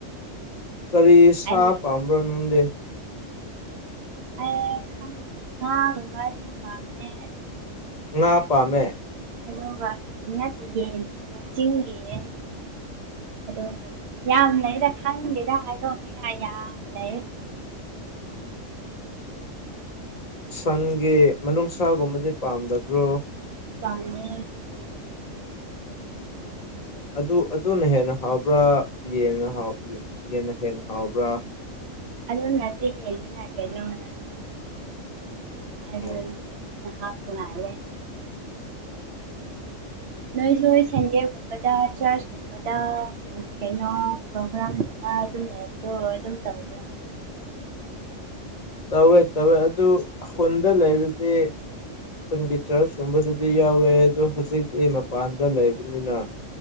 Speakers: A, on the left; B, on the right.
A: ꯀꯔꯤ ꯁꯥ
B: ꯑꯩ
A: ꯄꯥꯝꯕ꯭ꯔꯣ ꯅꯪꯗꯤ
B: ꯑꯩ ꯈꯪ ꯉꯥꯒꯨꯝꯕꯗꯤ ꯄꯥꯝꯃꯦ
A: ꯉꯥ ꯄꯥꯝꯃꯦ
B: ꯑꯗꯨꯒ ꯅꯠꯇꯦ ꯌꯦꯟꯒꯨꯝꯕ ꯆꯤꯡꯒꯤ ꯌꯦꯟ ꯑꯗꯨꯒ ꯌꯥꯝ ꯂꯩꯗ ꯈꯪꯗꯦꯗ ꯍꯥꯏꯗꯣꯛꯅꯤꯡꯉꯥꯏ ꯌꯥꯝ ꯂꯩ
A: ꯁꯟꯒꯤ ꯃꯅꯨꯡꯁꯥꯒꯨꯝꯕꯗꯤ ꯄꯥꯝꯗꯕ꯭ꯔꯣ
B: ꯄꯥꯝꯃꯦ ꯎꯝ ꯎꯝ ꯎꯝ
A: ꯑꯗꯨ ꯑꯗꯨꯅ ꯍꯦꯟꯅ ꯍꯥꯎꯕ꯭ꯔꯥ ꯌꯦꯟꯅ ꯍꯥꯎ ꯌꯦꯟꯅ ꯍꯦꯟꯅ ꯍꯥꯎꯕ꯭ꯔꯥ
B: ꯑꯗꯨꯅꯗꯤ ꯍꯦꯜꯂꯦ ꯀꯩꯅꯣꯅꯦ ꯑꯗꯨꯅꯤ
A: ꯎꯝ
B: ꯍꯥꯞꯄꯣ ꯉꯥꯏꯔꯦ ꯅꯣꯏꯁꯨ ꯅꯣꯏ ꯁꯟꯗꯦꯒꯨꯝꯕꯗ ꯆ꯭ꯔꯆꯀꯨꯝ ꯀꯨꯝꯕꯗ ꯀꯩꯅꯣ ꯇꯧꯕꯔꯥ <unintelligible> ꯑꯗꯣ ꯑꯗꯨꯝ ꯇꯧꯕꯔꯥ
A: ꯇꯧꯋꯦ ꯇꯧꯋꯦ ꯑꯗꯨ ꯈꯨꯟꯗ ꯂꯩꯔꯗꯤ ꯈꯨꯟꯒꯤ ꯆꯔꯆꯀꯨꯝꯕꯗꯗꯤ ꯌꯥꯎ ꯍꯣꯏ ꯑꯗꯨ ꯍꯧꯖꯤꯛꯇꯤ ꯃꯄꯥꯟꯗ ꯂꯩꯕꯅꯤꯅ